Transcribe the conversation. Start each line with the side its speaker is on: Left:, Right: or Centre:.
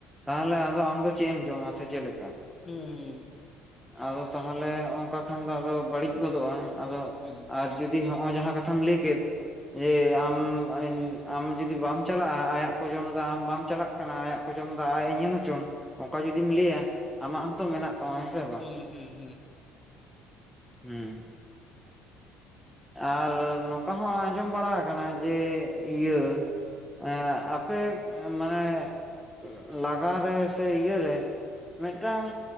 Centre: ᱛᱟᱦᱚᱞᱮ ᱟᱫᱚ ᱟᱢᱫᱚ ᱪᱮᱫ ᱮᱢ ᱡᱚᱢᱟ ᱥᱮ ᱪᱮᱫ ᱞᱮᱠᱟ?
Left: ᱦᱩᱸ ᱦᱩᱸ ᱾
Centre: ᱟᱫᱚ ᱛᱟᱦᱚᱞᱮ ᱚᱝᱱᱠᱟ ᱠᱷᱟᱱ ᱫᱚ ᱟᱫᱚ ᱵᱟᱹᱲᱤᱡ ᱜᱚᱫᱚᱜ ᱟ ᱟᱫᱚ
Left: ᱦᱩᱸ
Centre: ᱟᱨ ᱾ ᱡᱩᱫᱤ ᱦᱚᱸᱜ ᱚ ᱡᱟᱦᱟ ᱠᱟᱛᱷᱟᱢ ᱞᱟᱹᱭ ᱠᱮᱫ ᱡᱮ ᱟᱢ ᱮᱱ ᱟᱢ ᱡᱩᱫᱤ ᱵᱟᱢ ᱾ ᱪᱟᱞᱟᱜ ᱟ ᱟᱭᱟᱜ ᱠᱚ ᱡᱚᱢ ᱫᱟ ᱟᱢ ᱵᱟᱢ ᱪᱟᱞᱟᱜ ᱠᱟᱱᱟ ᱟᱭᱟᱜ ᱠᱚ ᱡᱚᱢ ᱫᱟ ᱟᱡ ᱮ ᱧᱮᱞ ᱦᱚᱪᱚᱱ ᱚᱱᱠᱟ ᱡᱩᱫᱤᱢ ᱞᱟᱹᱭᱟ᱾ ᱟᱢᱟᱜ ᱦᱚᱸᱛᱚ ᱢᱮᱱᱟᱜ ᱛᱟᱢᱟ ᱦᱮ ᱥᱮ
Left: ᱦᱩᱸ
Centre: ᱵᱟᱝ
Left: ᱦᱩᱸ ᱦᱩᱸ
Centre: ᱦᱩᱸ ᱾
Left: ᱦ <inaudible>
Centre: ᱟᱨ ᱱᱚᱝᱠᱟ ᱦᱚ ᱟᱸᱡᱚᱢ ᱵᱟᱲᱟ ᱠᱟᱱᱟ ᱡᱮ ᱤᱭᱟᱹ ᱾ ᱮᱸ ᱟᱯᱮ ᱢᱟᱱᱮ ᱞᱟᱜᱟ ᱨᱮ ᱥᱮ ᱤᱭᱟᱹ ᱨᱮ ᱾ ᱢᱮᱫᱴᱟᱝ